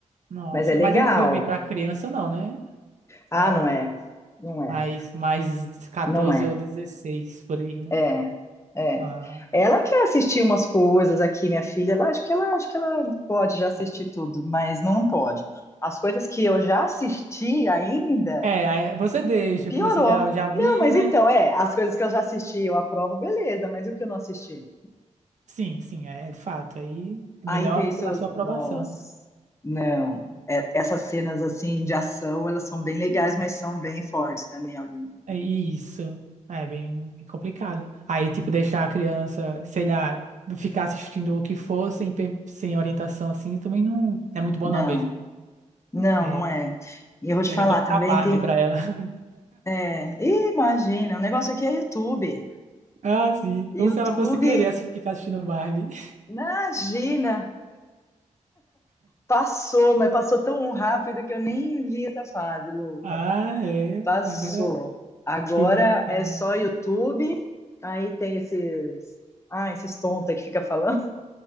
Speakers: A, on the right; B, on the left.
A: nossa.
B: Mas é legal.
A: Mas é um filme pra criança, não, né?
B: Ah,
A: É
B: não é. Não é.
A: mais, mais 14
B: Não é.
A: ou 16 por aí, né?
B: É. É.
A: Ah.
B: Ela quer assistir umas coisas aqui, minha filha. Ela, acho que ela, acho que ela pode já assistir tudo, mas não pode. As coisas que eu já assisti ainda,
A: É, aí você deixa
B: piorou.
A: o que você já, já viu,
B: Não, mas
A: né?
B: então, é, as coisas que eu já assisti, eu aprovo, beleza, mas e o que eu não assisti?
A: Sim, sim, é de fato. Aí é
B: Aí
A: melhor
B: pensou,
A: pela sua aprovação.
B: nossa, não, é- essas cenas assim de ação, elas são bem legais, mas são bem fortes também algumas.
A: É isso. É bem, bem complicado. Aí, tipo, deixar a criança, sei lá, ficar assistindo o que for sem, pe- sem orientação assim, também não é muito bom
B: Não,
A: não mesmo.
B: Não,
A: É
B: não é. E eu vou te
A: melhor
B: falar
A: colocar
B: também,
A: a Barbie
B: tem.
A: pra ela. <laughs>
B: É, Ih, imagina, o negócio aqui é YouTube.
A: Ah, sim.
B: YouTube,
A: Como se ela fosse querer assi- ficar assistindo Barbie. <laughs>
B: imagina, passou, mas passou tão rápido que eu nem vi essa fase, Lucas.
A: Ah, é.
B: Passou.
A: Agora é
B: Agora
A: tudo então.
B: é só YouTube, aí tem esses. Ah, esses tontos aí que fica falando,